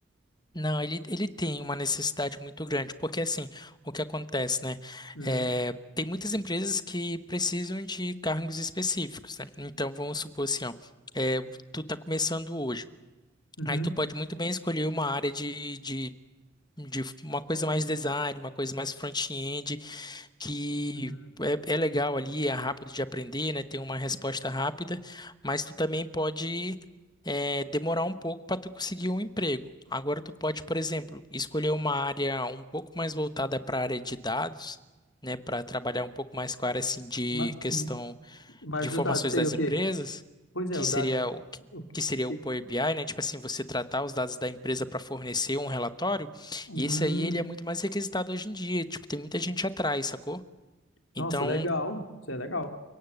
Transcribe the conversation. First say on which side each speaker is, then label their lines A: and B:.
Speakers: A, on the left; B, on the left.
A: Não, ele, ele tem uma necessidade muito grande, porque assim, o que acontece, né?
B: Uhum,
A: É, tem muitas empresas que precisam de cargos específicos, né? Então, vamos supor assim, ó, é, tu tá começando hoje.
B: uhum,
A: Aí tu pode muito bem escolher uma área de, de, de uma coisa mais design, uma coisa mais front-end, que
B: uhum.
A: é, é legal ali, é rápido de aprender, né? Tem uma resposta rápida, mas tu também pode é, demorar um pouco para tu conseguir um emprego. Agora tu pode, por exemplo, escolher uma área um pouco mais voltada para a área de dados, né? Para trabalhar um pouco mais com a área assim, de
B: Ma-
A: questão
B: hum, Mas,
A: de informações
B: os dados seria
A: das
B: o quê?
A: empresas,
B: Pois é,
A: que
B: o
A: seria
B: dado.
A: o
B: o
A: que seria
B: que-
A: o Power BI, né? Tipo assim, você tratar os dados da empresa para fornecer um relatório,
B: Hum,
A: e esse aí ele é muito mais requisitado hoje em dia, tipo, tem muita gente atrás, sacou?
B: nossa,
A: Então,
B: legal. Isso é legal.